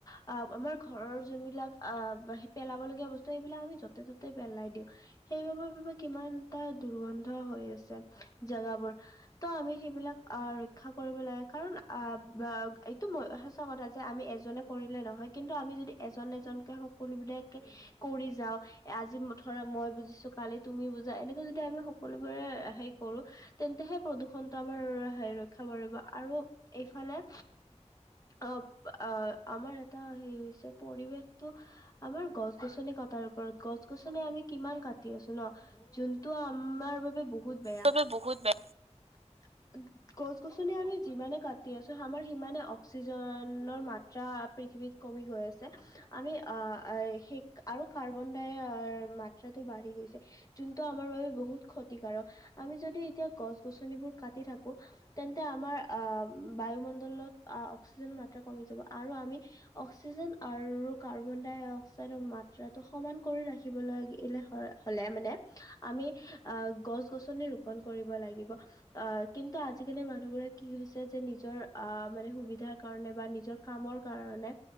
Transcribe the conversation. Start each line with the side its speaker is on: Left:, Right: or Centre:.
Left: অ', আমাৰ ঘৰৰ যোনবিলাক অ', পেলাবলগীয়া বস্তু সেইবিলাক আমি য পেলাই দিও, সেইবাবে বাবে <unintelligible> কিমান এটা দুৰ্গন্ধ হৈ আছে জোগাবোৰ ত আমি সেইবিলাক আহ, ৰক্ষা কৰিব লাগে কাৰণ আহ, এইটোই সচা কথা যে আমি এজনে কৰিলে নহয় কিন্তু আমি যদি এজন এজনকে সকলো বিলাকে কৰি যাওঁ আজি ধৰা মই বুজিছো, কালি তুমি বুজা এনেকে যদি আমি সকলোবোৰে হেৰি কৰো তেন্তেহে প্ৰদূষণটো আমাৰ ৰক্ষা পৰিব আৰু এইফালে অ', আ, আমাৰ এটা হেই হৈছে পৰিৱেশটো আমাৰ গছ গছনি ক তাৰ ওপৰত গছ গছনি আমি কিমান কাটি আছো ন, যোনটো আমাৰ বাবে ব বহুত বেয়া।
Right: বাবে বহুত বে
Left: <inaudible> গছ গছনি আমি যিমানে কাটি আছো আমাৰ সিমানে অক্সিজেনৰ মাত্ৰা পৃথিৱীত কমি গৈ আছে, আমি <unintelligible> আৰু কাৰ্বন ডাইৰ মাত্ৰা বাঢ়ি গৈছে, যোনটো আমাৰ বাবে বহুত ক্ষতিকাৰক, আমি যদি এতিয়া গছ-গছনিবোৰ কাটি থাকো তেন্তে আমাৰ অ, বায়ুমণ্ডলত অ, অক্সিজেন মাত্ৰা কমি যাব আৰু আমি অক্ষিজেন আৰু কাৰ্বন ডাই অক্সাইৰ মাত্ৰাটো সমান কৰি ৰাখিব লাগিলে হয় হলে মানে আমি অ, গছ - গছনি ৰোপণ কৰিব ৰিব লাগিব অ, কিন্তু আজিকালি মানুহবোৰে কি হৈছে যে নিজৰ আহ মানে সুবিধাৰ কাৰণে এ বা নিজৰ কৰ কাৰে